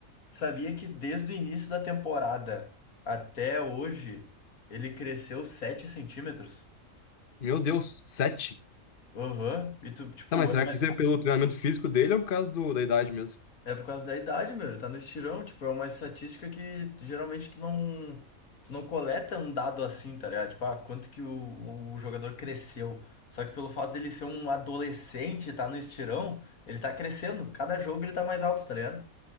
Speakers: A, on the left; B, on the left.
A: Sabia que desde o início da temporada até hoje ele cresceu 7 centímetros?
B: Meu Deus, Sete.
A: Aham. E tu, tipo,
B: Tá, mas
A: é,
B: será
A: uma-
B: que isso é pelo treinamento físico dele ou por causa do, da idade mesmo?
A: é por causa da idade, meu. Ele tá no estirão. Tipo, é uma estatística que tu- geralmente tu não, tu não coleta um dado assim, tá ligado? Tipo, ah, quanto que o, o jogador cresceu. Só que pelo fato dele ser um adolescente e tá no estirão, ele tá crescendo. Cada jogo ele tá mais alto, tá ligado?